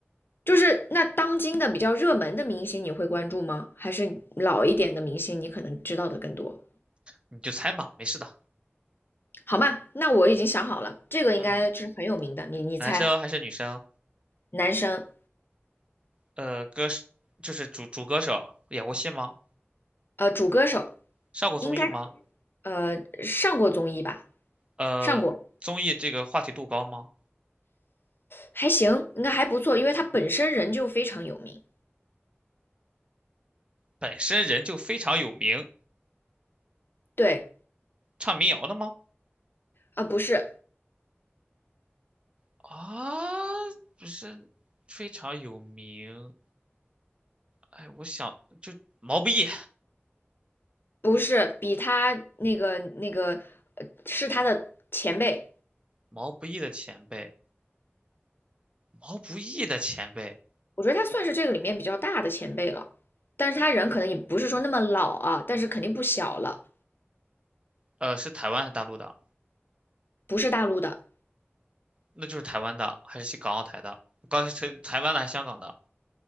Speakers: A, on the left; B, on the right.
A: 就是那当今的比较热门的明星你会关注吗？还是老一点的明星你可能知道的更多？
B: 你就猜嘛，没事的。
A: 好嘛，那我已经想好了，这个应该是很有名的，
B: 嗯，
A: 你你猜，
B: 男生还是女生？
A: 男生，
B: 呃，歌手就是主主歌手，演过戏吗？
A: 呃，主歌手。
B: 上过综艺吗？
A: 应该呃上过综艺吧，
B: 呃，
A: 上过，
B: 综艺这个话题度高吗？
A: 还行，应该还不错，因为他本身人就非常有名。
B: 本身人就非常有名，
A: 对，
B: 唱民谣的吗？
A: 啊、不是
B: 啊，不是非常有名。哎，我想就毛不易，
A: 不是，比他那个那个呃是他的前辈，
B: 毛不易的前辈，毛不易的前辈，
A: 我觉得他算是这个里面比较大的前辈了，但是他人可能也不是说那么老啊，但是肯定不小了，
B: 呃，是台湾还是大陆的？
A: 不是大陆的。
B: 那就是台湾的，还是港澳台的？刚才是台湾的还是香港的？